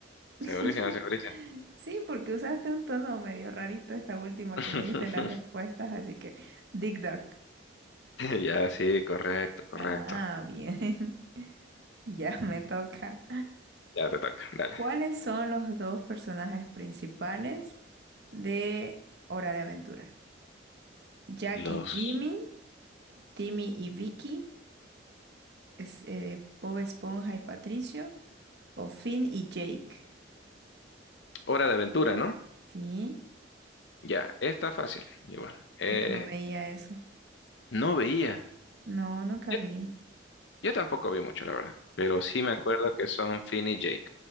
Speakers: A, on the left; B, on the right.
A: Segurísima,
B: <laughs>
A: segurísima.
B: Sí, porque usaste un tono medio rarito esta última
A: <laughs>
B: que me diste las respuestas, así que Dick Duck.
A: Ya, sí, correcto, correcto.
B: Ah, bien. <laughs> Ya me toca.
A: Ya te toca, dale.
B: ¿Cuáles son los dos personajes principales de Hora de Aventura? Jack
A: Los...
B: y Jimmy, Timmy y Vicky, es, eh, Bob Esponja y Patricio, o Finn y Jake.
A: Hora de aventura, ¿no?
B: Sí,
A: Ya, está fácil. Igual. Eh,
B: yo no veía eso.
A: No veía.
B: No, nunca
A: Yo,
B: vi.
A: yo tampoco vi mucho, la verdad. Pero sí me acuerdo que son Finn y Jake,